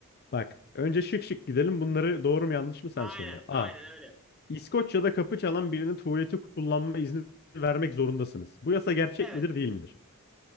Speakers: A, on the left; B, in the centre.
A: bak. Önce şık şık gidelim. Bunları doğru mu yanlış mı sen
B: Aynen
A: söyle. A.
B: aynen öyle yapalım.
A: İskoçya'da kapı çalan birinin tuvaleti kullanma izni vermek zorundasınız. Bu yasa gerçek
B: Evet
A: midir değil midir?